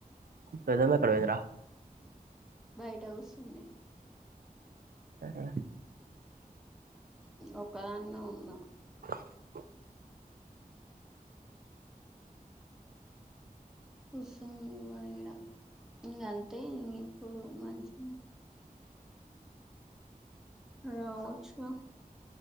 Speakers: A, on the right; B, in the centre.
A: పెద్దమ్మ ఎక్కడ పోయింది రా
B: బయట కూర్చుంది
A: ఆ
B: ఒక్క దాన్నే ఉన్నా
A: <inaudible>
B: కుస్తుంది మన ఇడ ఇక అంతే ఇ ఇప్పుడు మంచి రావచ్చుగా